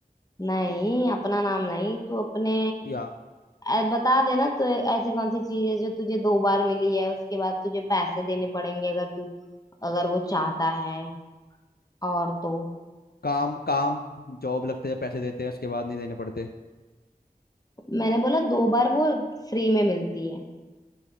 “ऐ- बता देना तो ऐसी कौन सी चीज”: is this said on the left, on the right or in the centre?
Left